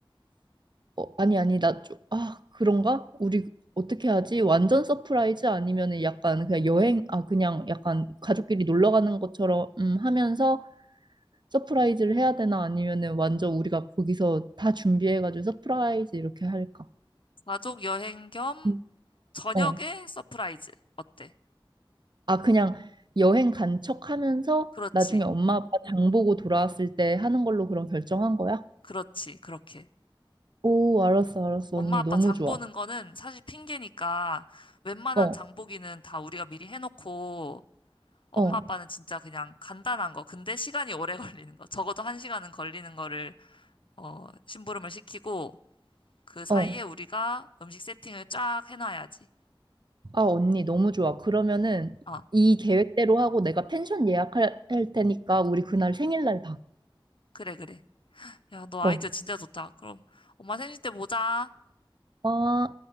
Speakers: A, on the right; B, on the left.
A: 어, 아니, 아니, 나 좀, 아, 그런가? 우리 어떻게 하지? 완전 서프라이즈 아니면은 약간 그냥 여행, 아, 그냥 약간 가족끼리 놀러 가는 것처럼 음, 하면서 서프라이즈를 해야 되나? 아니면은 완전 우리가 거기서 다 준비해가지고 서프라이즈 이렇게 할까?
B: 가족 여행 겸
A: 음.
B: 저녁에
A: 어.
B: 서프라이즈. 어때?
A: 아, 그냥 여행 간 척 하면서
B: 그렇지.
A: 나중에 엄마 아빠 장 보고 돌아왔을 때 하는 걸로 그럼 결정한 거야?
B: 그렇지. 그렇게.
A: 오, 알았어, 알았어.
B: 엄마
A: 언니,
B: 아빠
A: 너무
B: 장
A: 좋아.
B: 보는 거는 사실 핑계니까 웬만한
A: 어,
B: 장보기는 다 우리가 미리 해놓고 엄마
A: 어.
B: 아빠는 진짜 그냥 간단한 거. 근데 시간이 오래 <laughs> 걸리는 거. 적어도 한 시간은 걸리는 거를 어, 심부름을 시키고 그 사이에
A: 어.
B: 우리가 음식 세팅을 쫙 해놔야지.
A: 아, 언니, 너무 좋아. 그러면은
B: 아,
A: 이 계획대로 하고 내가 펜션 예약할 할 테니까 우리 그날 생일날 봐.
B: 그래, 그래. 야, 너
A: 어.
B: 아이디어 진짜 좋다. 그럼 엄마 생신 때 보자.
A: 어.